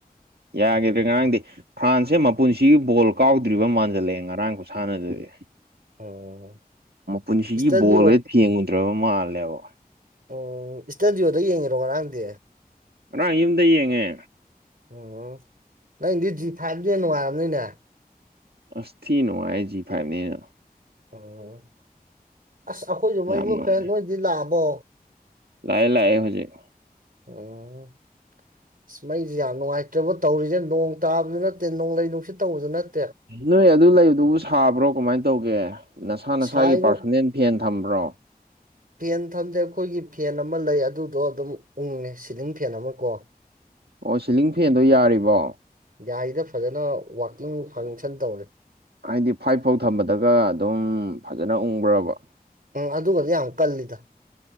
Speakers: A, on the right (about 85°); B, on the right (about 60°).
A: ꯌꯥꯒꯤꯗ꯭ꯔꯦ ꯉꯔꯥꯡꯗꯤ ꯐ꯭ꯔꯥꯟꯁꯁꯦ ꯃꯄꯨꯟꯁꯤꯒꯤ ꯕꯣꯜ ꯀꯥꯎꯗ꯭ꯔꯤꯕ ꯃꯥꯟꯖꯜꯂꯛꯑꯦ ꯉꯔꯥꯡ ꯈꯨꯁꯥꯟꯅꯗꯨꯗꯤ
B: ꯎꯝ
A: ꯃꯄꯨꯟꯁꯤꯒꯤ
B: ꯏꯁꯇꯗꯤꯑꯣ
A: ꯕꯣꯜꯒꯖꯦ ꯊꯦꯡꯗ꯭ꯔꯕ ꯃꯥꯜꯂꯦꯕ
B: ꯎꯝ ꯏꯁꯇꯗꯤꯌꯣꯗ ꯌꯦꯡꯉꯤꯔꯣ ꯉꯔꯥꯡꯗꯤ
A: ꯉꯔꯥꯡ ꯌꯨꯝꯗ ꯌꯦꯡꯉꯦ
B: ꯎꯝ ꯅꯪꯗꯤ ꯖꯤ ꯐꯥꯏꯚ ꯅꯤꯅ ꯅꯨꯡꯉꯥꯏꯔꯝꯅꯤꯅꯦ
A: ꯑꯁ ꯊꯤ ꯅꯨꯉꯥꯏ ꯑꯩ ꯖꯤ ꯐꯥꯏꯚꯅꯤꯅ
B: ꯎꯝ ꯑꯁ ꯑꯩꯈꯣꯏꯖꯨ
A: ꯌꯥꯝ
B: ꯃꯩ ꯃꯨꯠꯈ꯭ꯔꯦ
A: ꯅꯨꯡꯉꯥꯏ
B: ꯅꯣꯏꯗꯤ ꯂꯥꯛꯑꯕꯣ
A: ꯂꯥꯛꯑꯦ ꯂꯥꯛꯑꯦ ꯍꯧꯖꯤꯛ
B: ꯎꯝ ꯏꯁ ꯃꯩꯖꯦ ꯌꯥꯝ ꯅꯨꯡꯉꯥꯏꯇ꯭ꯔꯕ ꯇꯧꯔꯤꯖꯦ ꯅꯣꯡ ꯇꯥꯕꯖꯨ ꯅꯠꯇꯦ ꯅꯣꯡꯂꯩ ꯅꯨꯡꯁꯤꯠ ꯇꯧꯕꯖꯨ ꯅꯠ
A: ꯅꯣꯏ ꯑꯗꯨ ꯂꯩꯕꯗꯨꯕꯨ ꯁꯥꯕ꯭ꯔꯣ ꯀꯃꯥꯏ ꯇꯧꯒꯦ ꯅꯁꯥ ꯅꯁꯥꯒꯤ
B: ꯁꯥꯏꯕꯨ
A: ꯄꯥꯔꯁꯣꯅꯦꯟ ꯐꯦꯟ ꯊꯝꯕ꯭ꯔꯣ
B: ꯐꯦꯟ ꯊꯝꯗꯦ ꯑꯩꯈꯣꯏꯒꯤ ꯐꯦꯟ ꯑꯃ ꯂꯩ ꯑꯗꯨꯗꯣ ꯑꯗꯨꯝ ꯎꯪꯉꯦ ꯁꯤꯂꯤꯡ ꯐꯦꯟ ꯑꯃ ꯀꯣ
A: ꯑꯣ ꯁꯤꯂꯤꯡ ꯐꯦꯟꯗꯣ ꯌꯥꯔꯤꯕꯣ
B: ꯌꯥꯔꯤꯗ ꯐꯖꯅ ꯋꯥꯀꯤꯡ ꯐꯪꯁꯟ ꯇꯧꯔꯦ
A: ꯍꯥꯏꯗꯤ ꯐꯥꯏꯞ ꯐꯧ ꯊꯝꯕꯗꯒ ꯑꯗꯨꯝ ꯐꯖꯅ ꯎꯪꯕ꯭ꯔꯕ
B: ꯎꯝ ꯑꯗꯨꯒꯗꯤ ꯌꯥꯝ ꯀꯜꯂꯤꯗ